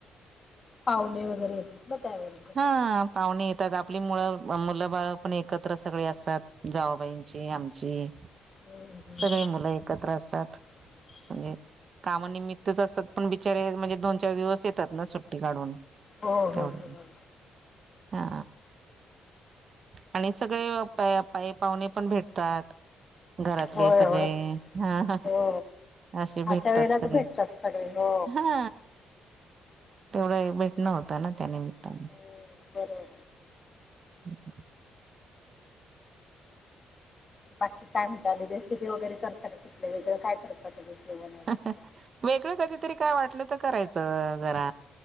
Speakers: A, on the left; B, on the right.
A: पाहुणे वगैरे येतात. ना त्यावेळी सगळे
B: हा पाहुणे येत त्यात मुळ मुलं बाळ पण एकत्र सगळे असतात जाऊ बाईंची आमची
A: हम्म, हम्म.
B: सगळे मुलं एकत्र असतात.
A: <inaudible>
B: म्हणजे कामानिमित्त असतात पण बिचारे म्हणजे दोन चार दिवस येतात ना सुट्टी काढून
A: हो हो
B: तेवढे
A: बरंय ना.
B: हा. आणि सगळे आपले पाहुणे पण भेटतात. घरातले
A: होय
B: सगळे
A: होय
B: हा हा.
A: हो
B: असे
A: अशा
B: भेटतात
A: वेळेलाच
B: सगळे
A: भेटतात सगळे हो
B: हा तेवढं भेटणं होतं ना त्या निमित्ताने
A: हम्म, बरोबर
B: हम्म.
A: बाकी काय म्हणतात रेसिपी वगैरे करताात कुठली वेगळं काय करता तुम्ही जेवण वगैरे
B: हा हा
A: काय
B: वेगळं कधीतरी काय वाटलं तर करायचं जरा